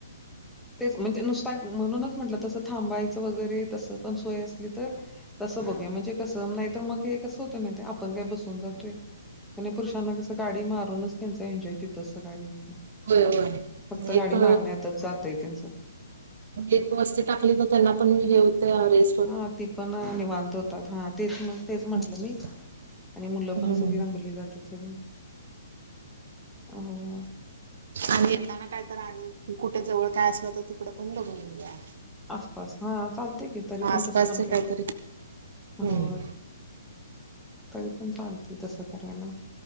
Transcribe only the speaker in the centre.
तेच म्हणजे नुसता म्हणूनच म्हटलं तसं थांबायचं वगैरे तसं पण सोय असली तर. तसं बघू म्हणजे कसं नाही तर मग हे कसं होतं माह आपण काय बसून जातोय. त्या पुरुषांना कसं गाडी मारूनच त्यांचा एन्जॉय तिथंच सकाळी होत नाही.
फक्त गाडी
मारण्यातच जात आहे त्यांचं.
हा ती पण निवांत होतात. हा तेच मग तेच म्हटलं
मी आणि मुलं पण
सगळी रमली जातात सगळी. ह.
आसपास हा चालते की तरी पण
तसं पण केलं
हो तरी पण चालते तसं करायला.